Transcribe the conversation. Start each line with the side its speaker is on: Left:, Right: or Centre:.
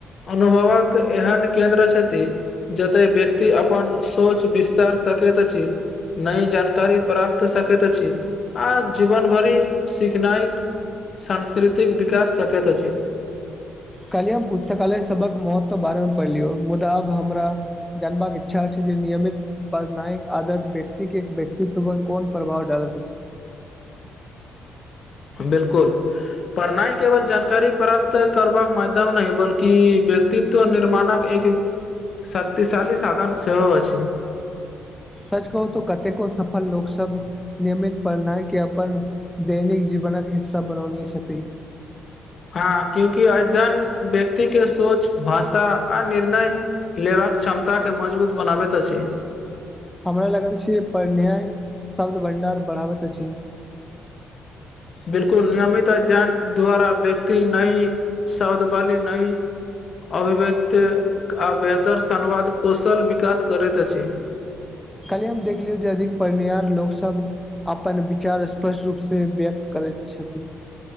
Left: अनुभवक एहन केन्द्र छथि। जते व्यक्ति अपन सोच विस्तार सकैत अछि नहि जान करि प्राप्त सकैत छी आ जीवन भरी सीखनाइ। सांस्कृतिक विकास सकैत अछि।
Centre: काल्हिए हम पुस्तकालय सभक महत्व बारेमे पढ़लियौ मुदा आब हमरा जानबाक इच्छा छै जे नियमित पर नइक आदत व्यक्ति के व्यक्तित्व पर कोन प्रभाव डालके छै
Left: बिलकुल पढ़नाइ केवल जानकारी प्राप्त करब माध्यम नहि बल्कि व्यक्तित्व निर्माणक एक शक्तिशाली साधन सेहो अछि
Centre: सच कहू त कतेको सफल लोक सब नियमित पढ़नाइ के अपन दैनिक जीवनक हिस्सा बनौने छथिन
Left: हँ क्यूंकि अध्ययन व्यक्ति के सोच भाषा आ निर्णय लेबाक क्षमताके मजबूत बनाबैत अछि
Centre: हमरा लगत छी पढ़नेयाय शब्द भंडार बढ़ाबैत अछि
Left: बिलकुल नियमित अध्ययन द्वारा व्यक्ति नई शब्दवली नै अभिव्यक्त आ बेहतर संवाद कौशल विकास करैत अछि
Centre: कहलियै हम देखलियौ जे अधिक पड़निहार लोकसभ अपन विचार स्पष्ट रूप से व्यक्त करैत छथि